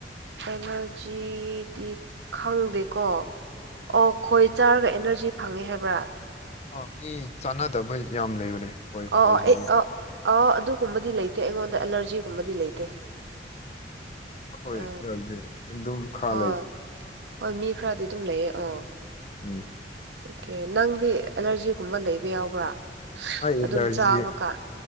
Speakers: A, on the right; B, on the left.
A: ꯑꯦꯅꯔꯖꯤꯗꯤ ꯈꯪꯗꯦꯀꯣ ꯑꯣ ꯈꯣꯏ ꯆꯥꯔꯒ ꯑꯦꯅꯔꯖꯤ ꯐꯪꯉꯦ ꯍꯥꯏꯕ꯭ꯔꯥ
B: ꯑꯥ ꯃꯤ ꯆꯥꯟꯅꯗꯕ ꯌꯥꯝ ꯂꯩꯕꯅꯦ ꯈꯣꯏ
A: ꯑꯣ
B: ꯈꯣꯏꯁꯤꯗꯤ
A: ꯑꯥ ꯑꯩ ꯑ ꯑꯥ ꯑꯗꯨꯒꯨꯝꯕꯗꯤ ꯂꯩꯇꯦ ꯑꯩꯉꯣꯟꯗ ꯑꯦꯂꯔꯖꯤꯒꯨꯝꯕꯗꯤ ꯂꯩꯇꯦ
B: ꯈꯣꯏ
A: ꯑ
B: ꯌꯥ <unintelligible> ꯑꯗꯨꯝ ꯈꯥ
A: ꯍꯣꯏ
B: ꯂꯩꯕ
A: ꯍꯣꯏ ꯃꯤ ꯈꯔꯗꯤ ꯑꯗꯨꯝ ꯂꯩꯌꯦ ꯑ
B: ꯎꯝ
A: ꯑꯣꯀꯦ ꯅꯪꯗꯤ ꯑꯦꯂꯔꯖꯤꯒꯨꯝꯕ ꯂꯩꯕ ꯌꯥꯎꯕ꯭ꯔꯥ
B: ꯑꯩ
A: ꯑꯗꯨꯝ
B: ꯑꯦꯂꯔꯖꯤ
A: ꯆꯥꯕꯀꯥꯟ